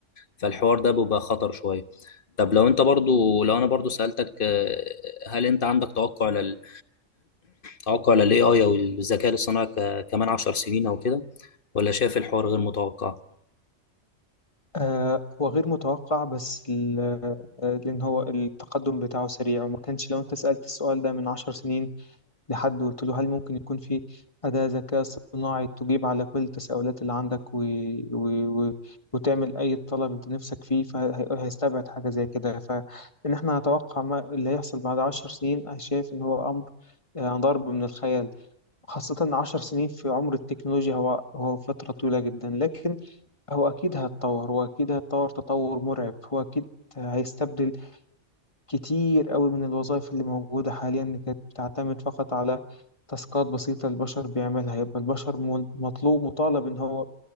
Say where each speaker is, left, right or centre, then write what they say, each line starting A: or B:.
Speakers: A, on the left (about 45°); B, on the left (about 25°).
A: فالحوار ده بيبقى خطر شويه طب لو انت برضو لو انا برضو سالتك آه، هل انت عندك توقع لل توقع للاي اي او الذكاء الاصطناعي ك- كمان 10 سنين او كده ولا شايف الحوار غير متوقع
B: آه، هو غير متوقع بس ال- آه، لأن هو التقدم بتاعه سريع وما كانش لو أنت سألت السؤال ده من عشر سنين لحد وقلت له هل ممكن يكون في أداة ذكاء اصطناعي تجيب على كل التساؤلات اللي عندك و... و... و... وتعمل أي طلب أنت نفسك فيه فهيستبعد حاجة زي كده فإن إحنا نتوقع ما اللي هيحصل بعد عشر سنين أنا شايف إن هو أمر آه، ضرب من الخيال خاصة عشر سنين في عمر التكنولوجيا هو هو فترة طويلة جدا لكن هو أكيد هيتطور وأكيد هيتطور تطور مرعب هو أكيد هيستبدل كتير قوي من الوظائف اللي موجودة حاليا كانت بتعتمد فقط على تاسكات بسيطة البشر بيعملها يبقى البشر مل- مطلوب مطالب إن هو